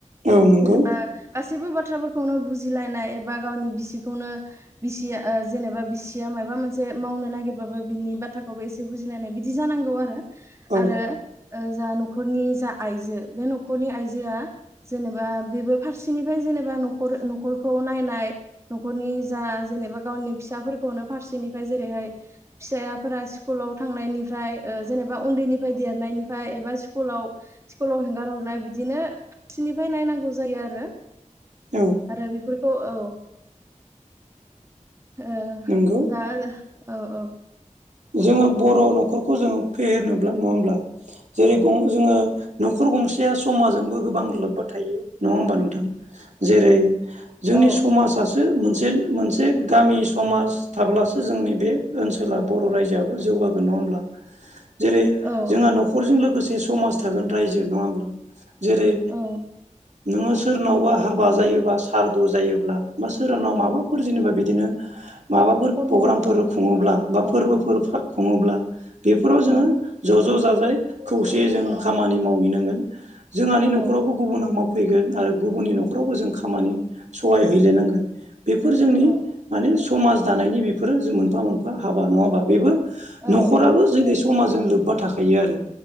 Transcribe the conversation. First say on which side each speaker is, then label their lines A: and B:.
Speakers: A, on the right (about 65°); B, on the right (about 20°).
A: औ नंगौ
B: जेनेबा गासै सिबो बाथ्राफोरखौनो बुजिलायनाय एबा गावनि बिसिखौनो बिसि जेनेबा बिसिया मा। माबा मोनसे मावनो नागिरबाबो बिनि बाथ्राखौबो एसे बुजिलायनाय बिदि जानांगौ
A: औ
B: आरो। जा न'खरनि जा आइजो बे न'खरनि आइजोया जेनेबा बेबो फारसेनिफ्राय। जेनेबा न'खरखौ नाय न'खरनि जा जेनेबा गावनि फिसाफोरखौनो फारसे। फ्राय जेरैहाय फिसाफोरा स्कुलाव थांनायनि फ्राय जेनेबा उनदैनिफ्राय देरनायनिफ्राय एबा स्कुलाव स्कुलाव हेंगार हरनाय बिदिनो। फारसेनिफ्राय नायनांगौ जायो आरो।
A: औ
B: आरो बेफोरखौ औ। ओ
A: नंगौ
B: दा औ औ।
A: जोङो बर' न'खरखौ जोङो फेहेरनोब्ला नङा होनब्ला जेरै जोङो। न'खर गंसेया समाजोंबो गोबां लोबबा थायो नङा होमबा नों जेरै जोंनि
B: औ
A: समाजसो मोनसे। मोनसे गामि समाज थाब्लासो जोंनि बे ओनसोलाव बर' रायजोयाबो जौगागोन नङा होमब्ला जेरै
B: औ
A: जोंहा
B: औ
A: न'खरजों लोगोसे समाज। थागोनन रायजो नङा होनब्ला जेरै
B: औ
A: नोङो सोरनावबा हाबा जायोबा सारदु जायोब्ला बा सोरनाव माबाफोर जेनेबा बिदिनो। माबाफोर
B: कर्मफोर
A: पग्रामफोर खुङोब्ला
B: जाबा औ
A: बा
B: औ
A: फोरबोफोर खुङोब्ला बेफोराव
B: औ
A: जोङो ज' ज' जा यै खौसेै जों खामानि मावहैनांगोन जोंहानि
B: औ
A: न'खरावबो गुबुना माव फैगोन आरो गुबुननि न'खरावबो जों खामानि सहाय हैलायनांगोन बेफोर जोंनि
B: औ
A: माने समाज दानायनि बेफोरो जों मोनफा मोनफा हाबा नङा होनबा बेबो
B: औ
A: न'खराबो
B: औ
A: जेरै समाजजों लोब्बा थाखायो आरो।